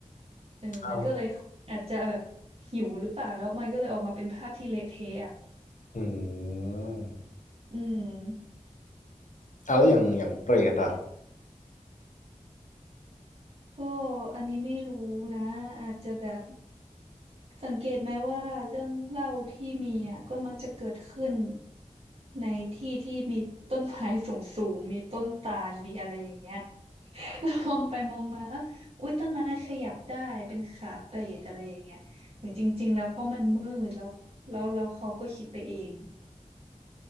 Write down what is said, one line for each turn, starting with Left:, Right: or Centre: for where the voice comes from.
Right: เออมันก็เลยอาจจะแบบ
Left: เอา
Right: หิวหรือเปล่าแล้วมันก็เลยออกมาเป็นภาพที่เละเทะอ่ะ
Left: อืม
Right: อืม
Left: อ่าแล้วอย่างอย่างเปรตอ่ะ
Right: ก็อันนี้ไม่รู้นะอาจจะแบบ สังเกตไหมว่าเรื่องเล่าที่มีอ่ะก็มักจะเกิดขึ้นในที่ที่มีต้นไม้สูงสูงมีต้นตาลมีอะไรอย่างเงี้ยแล้วมองไปมองมาเอ้าอุ๊ยต้นไม้ขยับได้เป็นขาเปรอะไรอย่างเงี้ยแต่จริงๆแล้วเพราะมันมืดแล้วแล้วแล้วเขาก็คิดไปเอง